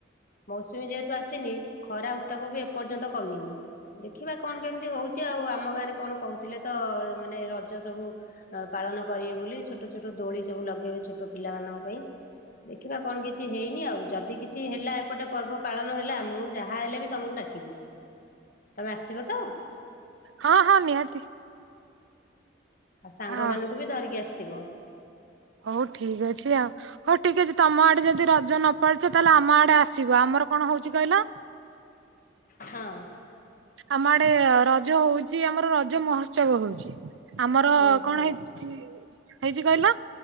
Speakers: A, on the left (about 50°); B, on the right (about 80°).
A: ମୌସୁମୀ ଯେହେତୁ ଆସିନି ଖରା ଉତ୍ତାପ ବି ଏପର୍ଯ୍ୟନ୍ତ କମିନି। ଦେଖିବା କଣ କେମିତି ହୋଉଚି ଆଉ ଆମ ଗାଁରେ କଣ କହୁଥିଲେ ତ ମାନେ ରଜ ସବୁ ପାଳନ କରିବେ ବୋଲି ଛୋଟ ଛୋଟ ଦୋଳି ସବୁ ଲଗେଇବେ ଛୋଟ ପିଲାମାନଙ୍କ ପାଇଁ। ଦେଖିବା କଣ କିଛି ହେଇନି ଆଉ ଯଦି କିଛି ଛି ହେଲା ଏପଟେ ପର୍ବ ପାଳନ ହେଲା ମୁଁ ଯାହା ହେଲେ ବି ତମକୁ ଡାକିବି। ତମେ ଆସିବ ତ?
B: ହଁ ହଁ ନିହାତି।
A: ଆ ସାଙ୍ଗ
B: ଅ
A: ମାନଙ୍କୁ ବି ଧରିକି ଆସିଥିବ।
B: ହଉ ଠିକ ଅଛି ଆ ହୋଉ ଠିକ ଅଛି ତମ ଆଡେ ଯଦି ରଜ ନପାଳୁଛ ତାହେଲେ ଆମ ଆଡେ ଆସିବ। ଆମର କଣ ହୋଉଚି କଇଲ?
A: ହଁ
B: ଆମ ଆଡେ ରଜ ହୋଉଚି ଆମର ରଜ ମହୋତ୍ସବ ହୋଉଚି ଆମର
A: ଓହୋ।
B: କଣ ହେଉଚ ହେଇଛି କହିଲ